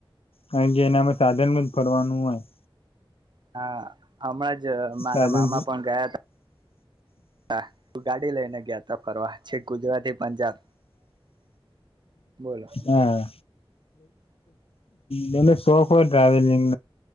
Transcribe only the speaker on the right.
હા હમણાં જ મારા
મામા પણ ગયા હતા હા તું ગાડી લઈને ગયા ત ફરવા છે ગુજરાતી પંજાબ બોલો